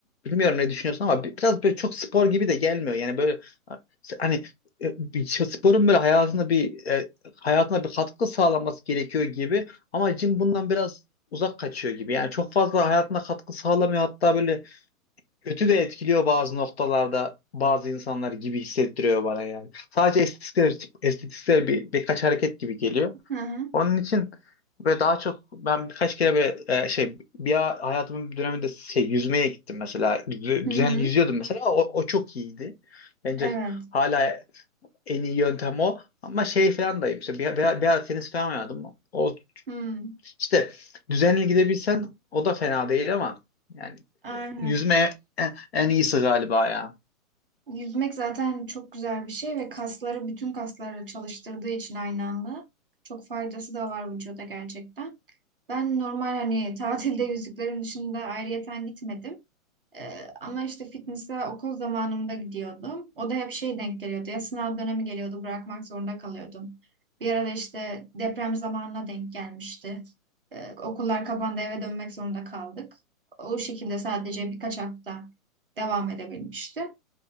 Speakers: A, on the left; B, on the right.
A: bilmiyorum ne düşünüyorsun ama bi- biraz böyle çok spor gibi de gelmiyor. Yani böyle e, hani e, bir şey- sporun böyle hayatına bir e, hayatına bir katkı sağlaması gerekiyor gibi ama gym bundan biraz uzak kaçıyor gibi. Yani çok fazla hayatına katkı sağlamıyor. Hatta böyle kötü de etkiliyor bazı noktalarda bazı insanlar gibi hissettiriyor bana yani. Sadece estetiksel, estetiksel bir, birkaç hareket gibi geliyor.
B: Hı hı.
A: Onun için böyle daha çok ben birkaç kere böyle e, şey bir a- hayatımın bir döneminde şey yüzmeye gittim mesela. Dü-
B: Hı hı.
A: Düzenli yüzüyordum mesela. O, o çok iyiydi. Bence
B: Evet.
A: hala en iyi yöntem o. Ama şey falan dayım işte bir, bir, bir ara tenis falan oynadım. O
B: Hı.
A: işte düzenli gidebilsen o da fena değil ama yani
B: Aynen.
A: e, yüzme en, en iyisi galiba ya.
B: Yüzmek zaten çok güzel bir şey ve kasları, bütün kasları çalıştırdığı için aynı anda çok faydası da var vücuda gerçekten. Ben normal hani tatilde <laughs> yüzüklerim dışında ayrıyeten gitmedim. Ee, ama işte fitness'e okul zamanımda gidiyordum. O da hep şey denk geliyordu. Ya sınav dönemi geliyordu, bırakmak zorunda kalıyordum. Bir arada işte deprem zamanına denk gelmişti. Ee, okullar kapandı, eve dönmek zorunda kaldık. O şekilde sadece birkaç hafta devam edebilmişti.